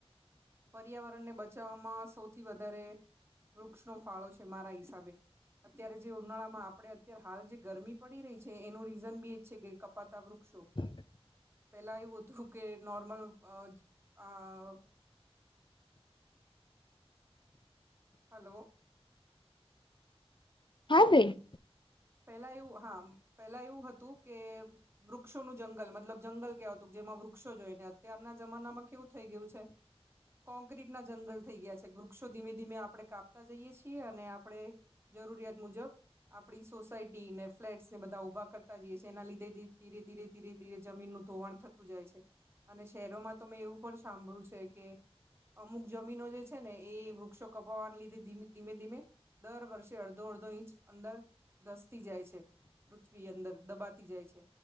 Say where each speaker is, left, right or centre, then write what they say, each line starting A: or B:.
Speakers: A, on the right (about 25°); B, on the left (about 50°).
A: પર્યાવરણને બચાવવામાં સૌથી વધારે વૃક્ષનો ફાળો છે, મારા હિસાબે. અત્યારે જે ઉનાળા માં આપડે અત્યારે હાલ જે ગરમી પડી રહી છે એનું રીઝન બી એ જ છે કે કપાતા વૃક્ષો.
B: <unintelligible>
A: પેલા એવું હતું કે નોર્મલ આ <inaudible> હલો
B: હા બેન.
A: પેલા એવું હા પેલા એવું હતું કે વૃક્ષોનું જંગલ મતલબ જંગલ કેવાતું જેમાં વૃક્ષો જોઈને અત્યારના જમાનામાં કેવું થઈ ગયું છે, કોંક્રીટ ના જંગલ થઈ ગયા છે, વૃક્ષો ધીમે ધીમે આપડણે કાપતા જઈએ છીએ અને આપડણે. જરૂરિયાત મુજબ આપડી. સોસાયટી ને ફ્લેટ્સને બધા ઉભા કરતા જઈએ છીએના લીધે ધીરે ધીરે ધીરે ધીરે જમીનનું ધોવાણ થું. જાય છે અને શહેરોમાં તો મેં એવું પણ સાંભળ્યું છે, કે. અમુક જમીનો જે છે, ને એ વૃક્ષો કપાવવાને લીધે ધીમે ધીમે ધીમે. દર વર્ષે અડધો અડધો ઇંચ અંદર ધસતી જાય છે, પૃથ્વી અંદર. દબાતી જાય છે.